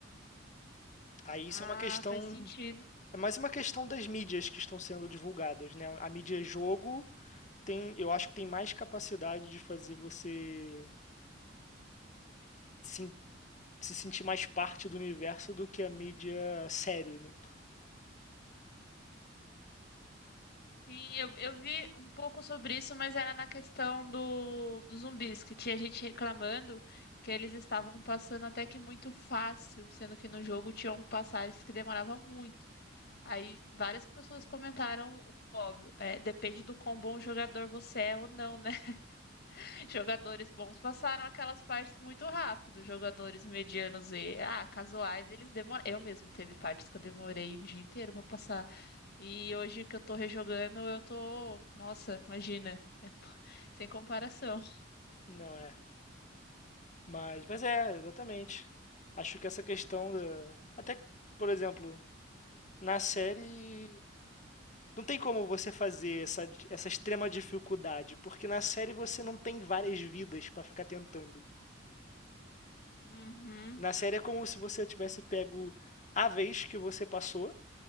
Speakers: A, on the left (about 40°); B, on the left (about 55°).
A: Aí
B: Ah,
A: isso é uma questão.
B: faz sentido.
A: É mais uma questão das mídias que estão sendo divulgadas, né? A mídia é jogo tem, eu acho que tem mais capacidade de fazer você se, se sentir mais parte do universo do que a mídia série, né?
B: Sim, eu, eu vi um pouco sobre isso, mas era na questão do, dos zumbis, que tinha gente reclamando que eles estavam passando até que muito fácil, sendo que no jogo tinham passagens que demoravam muito. Aí várias pessoas comentaram, o óbvio, é, depende do quão bom jogador você é ou não, né? <laughs> Jogadores bons passaram aquelas partes muito rápido, jogadores medianos e, ah, casuais, eles demoram. Eu mesmo teve partes que eu demorei um dia inteiro pra passar. E hoje que eu tô rejogando, eu tô. Nossa, imagina, sem comparação.
A: Não é. Mas, mas é, exatamente. Acho que essa questão da. Até, por exemplo, na série. Não tem como você fazer essa, essa extrema dificuldade, porque na série você não tem várias vidas pra ficar tentando.
B: Uhum,
A: Na série é como se você tivesse pego a vez que você passou